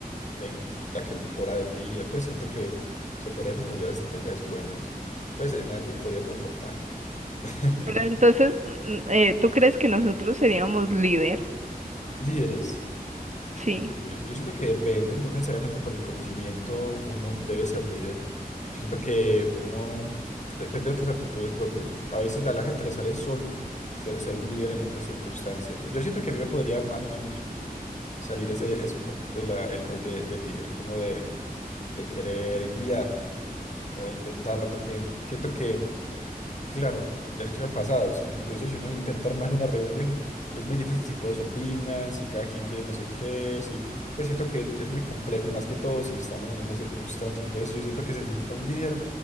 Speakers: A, on the left; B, on the right.
A: en aquel hora del día, pues siento que se podrían desarrollar estrategias buenas, pues en algo podríamos aportar. <laughs>
B: Pero entonces, mm, eh, ¿tú crees que nosotros seríamos líder?
A: Líderes,
B: Sí.
A: yo, yo, yo siento que depende, no necesariamente por el conocimiento uno debe ser líder, yo siento que uno depende de otras aptitudes propias, a veces a la gente le sale solo ser, ser un líder en esas circunstancias, yo siento que a mí me podría más o menos salir ese, ese un poquito la- el rol de, de líder, como de, de querer guiar o de intentarlo, porque siento que, claro, de hecho ha pasado, si- incluso si uno intenta armar una reunión, es muy difícil si todos opinan, si cada quien quiere no sé qué, si, pues siento que es muy complejo y más que todo si estamos en esa circunstancia, entonces yo siento que se necesita un líder